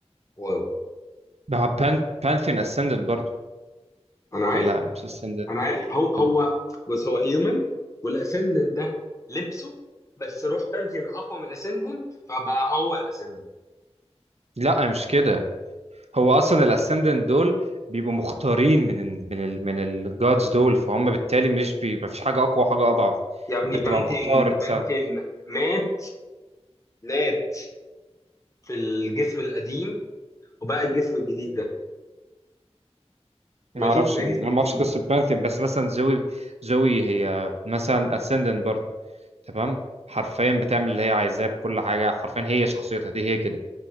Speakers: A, on the left; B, on the right.
A: واو
B: ما هو بان بانثيون اسندنت برضو
A: انا عارف
B: ولا مش اسندنت
A: انا عارف هو هو
B: كان
A: بس هو هيومن والاسندنت ده لبسه بس روح بانتين اقوى من الاسندنت فبقى هو الاسندنت
B: لا مش كده هو اصلا الاسندنت دول بيبقوا مختارين من ال من ال من الجادز دول فهم بالتالي مش بي ما فيش حاجه اقوى وحاجه اضعف
A: يا ابني
B: انت بتبقى
A: بانتين
B: مختار تساعد
A: بانتين مات مات في الجسم القديم وبقى الجسم الجديد ده
B: ما
A: ماشي
B: اعرفش
A: ده
B: انا
A: جسم جديد
B: ما اعرفش قصه بانثيون بس مثلا زوي زوي هي مثلا اسندنت برضو تمام حرفيا بتعمل اللي هي عايزاه بكل حاجه حرفيا هي شخصيتها دي هي كده